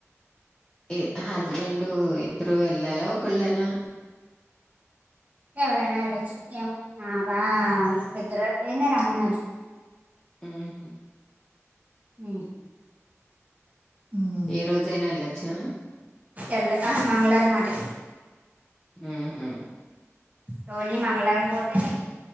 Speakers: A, on the left (about 20°); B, on the right (about 30°).
A: ఎ అహ స్బెండూ ఇద్దరూ ఎల్లాలా ఒకల్లేనా
B: ఎవరైనా ఎళ్ళొచ్చు ఏమో నాకా ఇద్దరూ నెనే రమ్మన్నారు
A: ఊహూ
B: ఊ ఉ ఊ
A: ఏ రోజైనా ఎళ్ళొచ్చా?
B: ఎల్లే అహా మంగళారం మాటే
A: ఊహూ
B: టోని మంగళారం పోతే